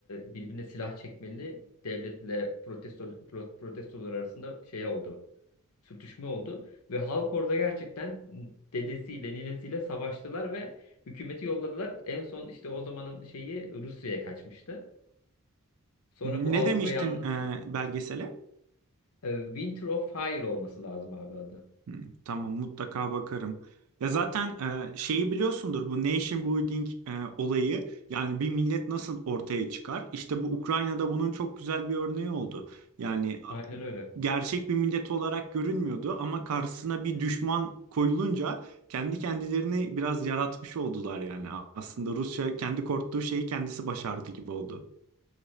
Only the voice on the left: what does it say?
e, birbirine silah çekmeli devletle protesto, pro- protestolar arasında şey oldu. Sürtüşme oldu. Ve halk orada gerçekten dedesiyle ninesiyle savaştılar ve hükümeti yolladılar. En son işte o zamanın şeyi Rusya'ya kaçmıştı. Sonra
bu Avrupa
yanlısı
e, Winter of Fire olması lazım abi adı.
Aynen öyle.